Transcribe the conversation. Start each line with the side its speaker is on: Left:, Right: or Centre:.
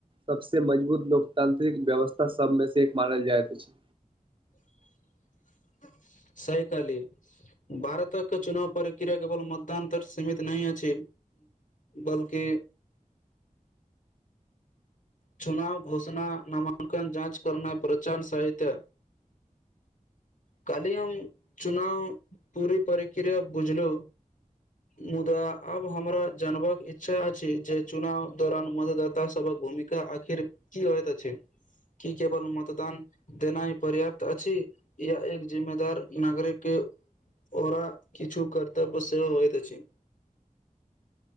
Right: सबस मजबूत लोकतांत्रिक व्यवस्था सबमे से एक मानल जायत छै
Left: <inaudible> सह की भारतके चुनाव प्रक्रिया केवल मतदानतर सीमित नहि अ अछि बलकि चुनाव घोषणा नामांकन जाँच करना पहचार सहित ह काली अम चुनाव पूरी परिक्रिया बुझलु मुदा आब हमरा जानबाक इच्छा अछि जे चुनाव दौरान मतदाता सभक भूमिका आखि की अयत छै किी केवल मतदान देनाइ पर्याप्त अछि य एक जिम्मेदार नागरिकके ओरा किछु करर्तव्य सेहो होइत छै <inaudible>